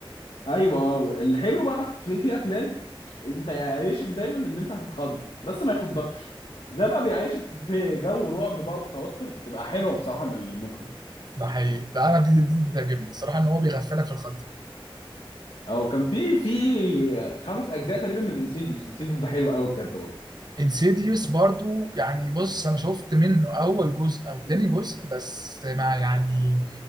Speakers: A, on the left; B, on the right.
A: ايوه اه الحلو بقى في في افلام انت يعيشك دايما ان انت هتتخض بس ما يخضكش ده بقى بيعيشك في جو رعب بقى وتوتر بتبقى حلوه بصراحه من المخرج
B: ده حقيقي ده انا دي دي دي بتعجبني الصراحه ان هو بيغفلك في الخط
A: او كان في في خمس اجزاء تقريبا من انسيديوس انسيديوس ده حلو قوي بجد برضه
B: انسيديوس برضو يعني بص انا شفت منه اول جزء او تاني جزء بس ما يعني